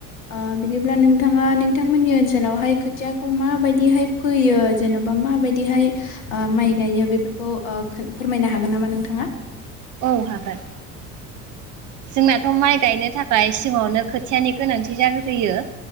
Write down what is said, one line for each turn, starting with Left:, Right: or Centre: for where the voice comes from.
Left: ओ बिदिब्ला नोंथाङा नोंथांमोननि ओनसोलावहाय खोथियाखौ माबायदिहाय फोयो जेन'बा माबायदिहाय ओ माइ गायो बेफोरखौ ओ फोरमायनो हागोन नामा नोंथाङा?
Right: औ हागोन। जोंनाथ' माइ गायनो थाखाय सिगांवनो खोथियानि गोनांथि जाग्रोयो।